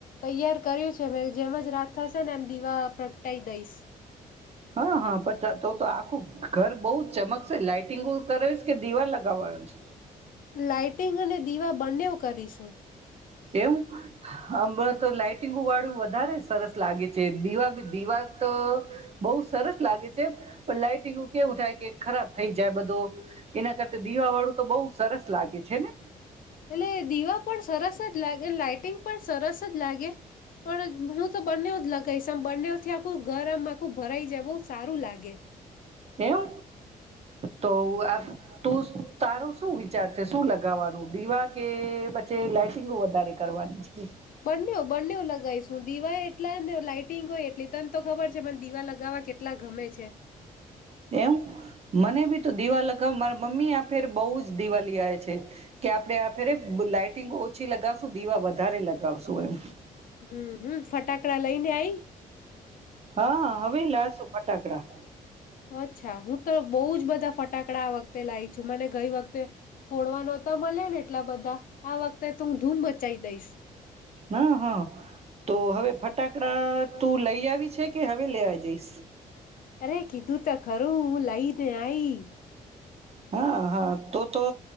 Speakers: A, on the left (about 65°); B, on the right (about 40°).
A: તૈયાર કર્યું છે મે, જેમ જ રાત થશે ને એમ દીવા પ્રગટાઈ દઈશ.
B: હા, હા પચા તો-તો આખું ઘર બહુ ચમકશે. લાઈટિંગું કરશ કે દીવા લગાવવાનું છે?
A: લાઈટિંગ અને દીવા બંનેવ કરીશું.
B: એવું. હમણા તો લાઈટિંગુ વાળું વધારે સરસ લાગે છે. દીવા બી દીવા તો બહુ સરસ લાગે છે, પણ લાઈટિંગુ કેવું થાય કે ખરાબ થઈ જાય બધો, એના કરતા દીવા વાળું તો બહુ સરસ લાગે છે ને.
A: એટલે દીવા પણ સરસ જ લાગે, લાઈટિંગ પણ સરસ જ લાગે, પણ હું તો બંનેવ જ લગાઈશ, આમ બંનેવથી આખું ઘર આમ આખું ભરાઈ જાય બહુ સારું લાગે.
B: એમ. તો આ તું તારો શું વિચાર છે, શું લગાવાનું? દીવા કે પછી લાઈટિંગું વધારે કરવાની છે?
A: બંનેવ-બંનેવ લગાઈશ. દીવાય એટલા ને લાઈટિંગોય એટલી. તન તો ખબર છે મન દીવા લગાવવા કેટલા ગમે છે.
B: એમ. મને બી તો દીવા લગાવ મારા મમ્મી આ ફેર બઉ જ દિવા લેઆય છે, કે આપડે આ ફેરે લાઈટિંગો ઓછી લગાવશું, દીવા વધારે લગાવશું એમ.
A: હમ હમ ફટાકડા લઈને આઈ
B: હા હવે લાશું ફટાકડા. <inaudible>
A: અચ્છા. હું તો બહુ જ બધા ફટાકડા આ વખતે લાઈ છું. મને ગઈ વખતે ફોડવા નોતા મલ્યા ને. એટલા બધા, આ વખતે તો હું ધૂમ મચાઈ દઈશ.
B: હા-હા તો હવે ફટાકડા તું લઈ આવી છે કે હવે લેવા જઈશ.
A: અરે કીધું તો ખરું હું લઈ ને આઈ.
B: હા-હા તો-તો